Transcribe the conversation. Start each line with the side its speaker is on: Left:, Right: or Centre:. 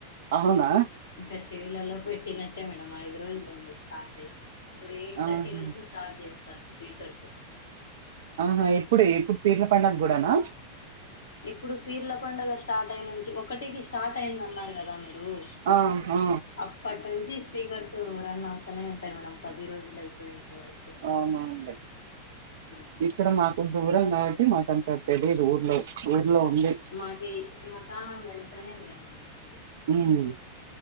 Right: అవునా
Left: ఇంకా చెవిలలో పెట్టినట్టే మేడం ఐదు రోజులయింది స్టార్ట్ అయ్యి. ఇప్పుడు ఎయిట్ థర్టీ
Right: ఆహా
Left: నుంచి స్టార్ట్ చేస్తారు స్పీకర్సు.
Right: ఆహా ఎప్పుడే ఎప్పుడ్ పీర్ల పండగ్ గూడానా
Left: ఇప్పుడు పీర్ల పండుగ స్టార్ట్ అయి నుంచి ఒకటికి స్టార్ట్ అయింద్ అన్నారు కదా మీరు. రూ
Right: ఆ ఆ
Left: అప్పటి నుంచి స్పీకర్స్ తు రన్ అవుతనే ఉంటాయి మేడమ్ పది రోజులు అయిపోయెంత వరక్
Right: అవునా అండి
Left: ఉహు.
Right: ఇక్కడ మాక్ దూరం కాబట్టి మాకంత తెలీదు ఊర్లో ఊర్లో ఉండి.
Left: మాకేయి మాకాణ వెనుకనే మేడం మా ఇల్లు
Right: ఉమ్